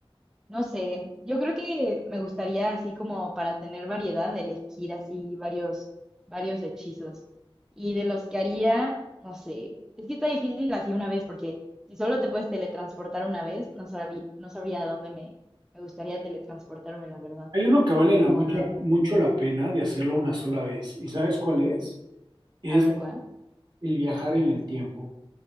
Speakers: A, in the centre; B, on the right.
A: no sé, yo creo que me gustaría así como para tener variedad, elegir así varios, varios hechizos. Y de los que haría, no sé, es que está difícil así una vez, porque si solo te puedes teletransportar una vez, no sabría, no sabría a dónde me, me gustaría teletransportarme, la verdad.
B: Hay uno que vale
A: Como
B: la mucha,
A: a,
B: mucho la pena de hacerlo una sola vez. ¿Y sabes cuál es? Es
A: a ver cuál.
B: el viajar en el tiempo.